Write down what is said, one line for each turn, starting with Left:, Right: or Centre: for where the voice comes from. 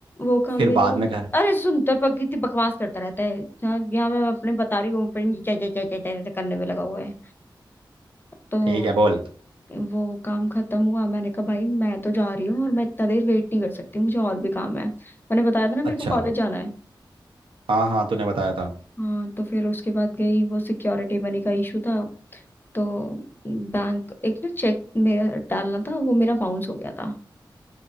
Left: वो काम
Right: फिर
Left: भी नहीं
Right: बाद
Left: हुआ
Right: में घर
Left: अरे सुन तेरे पर कितनी बकवास करता रहता है यहाँ यहाँ मैं अपने बता रही हूँ पर ये क्या क्या क्या क्या क्या क्या करने में लगा हुआ है तो
Right: ठीक है बोल
Left: वो काम खत्म हुआ मैंने कहा भाई मैं तो जा रही हूँ और मैं इतना देर वेट नहीं कर सकती मुझे और भी काम है मैंने बताया था ना मेरे
Right: अच्छा
Left: को कॉलेज जाना है
Right: हाँ हाँ तूने बताया था
Left: हाँ तो फिर उसके बाद गई वो सिक्योरिटी मनी का इशू था तो बैंक एक ना चेक में डालना था वो मेरा बाउंस हो गया था